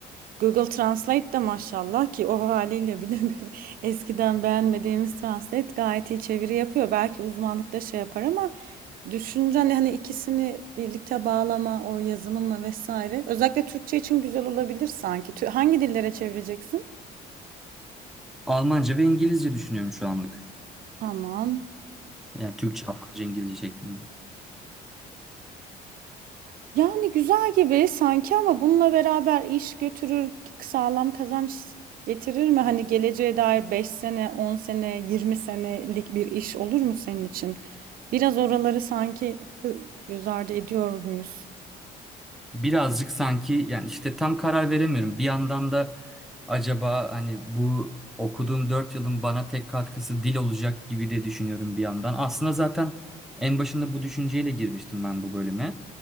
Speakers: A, on the right (about 60°); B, in the centre.
A: Google Translate de maşallah ki o haliyle bile <laughs> eskiden beğenmediğimiz Translate gayet iyi çeviri yapıyor. Belki uzmanlıkta şey yapar ama düşünce hani hani ikisini birlikte bağlama o yazılımla vesaire. Özellikle Türkçe için güzel olabilir sanki. Tü- Hangi dillere çevireceksin?
B: Almanca ve İngilizce düşünüyorum şu anlık.
A: Tamam.
B: Yani Türkçe, Almanca, İngilizce şeklinde.
A: Yani güzel gibi sanki ama bununla beraber iş götürür, sağlam kazanç getirir mi? Hani geleceğe dair 5 sene, 10 sene, 20 senelik bir iş olur mu senin için? Biraz oraları sanki hı- göz ardı ediyor muyuz?
B: birazcık sanki yani işte tam karar veremiyorum. Bir yandan da acaba hani bu okuduğum 4 yılın bana tek katkısı dil olacak gibi de düşünüyorum bir yandan. Aslında zaten en başında bu düşünceyle girmiştim ben bu bölüme.